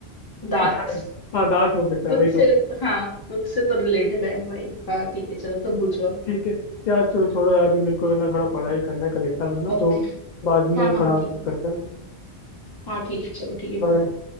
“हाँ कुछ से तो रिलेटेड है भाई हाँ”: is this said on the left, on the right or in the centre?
Left